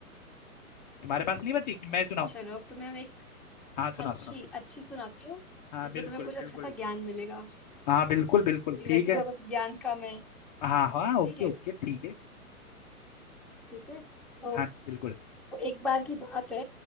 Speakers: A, on the left; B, in the centre.
A: तुम्हारे पास नहीं
B: ठीक।
A: बची कि मैं सुनाऊं
B: चलो अब तुम्हें हम एक
A: हाँ सुना
B: अच्छी
A: सुना
B: अच्छी सुनाती हूँ
A: हाँ
B: जिसमें
A: बिल्कुल
B: तुम्हें कुछ अच्छा
A: बिल्कुल
B: सा ज्ञान मिलेगा
A: हाँ बिल्कुल बिल्कुल
B: क्योंकि
A: ठीक
B: वैसे
A: है
B: तो बस ज्ञान कम है
A: हाँ हाँ ओके
B: ठीक है
A: ओके ठीक है
B: ठीक है तो
A: हाँ बिल्कुल
B: तो एक बार की बात है